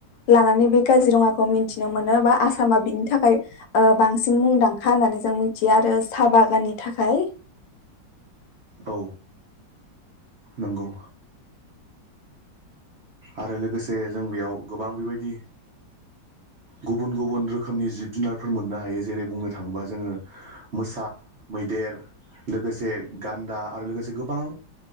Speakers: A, on the left (about 80°); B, on the right (about 55°).
A: लानानै बे काजिरङाखौ मिथिनो मोनो बा आसामा बिनि थाखाय बांसिन मुंदांखा होननानै जों मिथियो आरो साहा बागाननि थाखाय।
B: औ नंगौ आरो लोगोसे जों बेयाव गोबां बेबायदि गुबुन गुबुन रोखोमनि जिब जुनारफोर मोननो हायो जेरै बुंनो थाङोबा जोङो मोसा मैदेर लोगोसे गान्दा आरो लोगोसे गोबां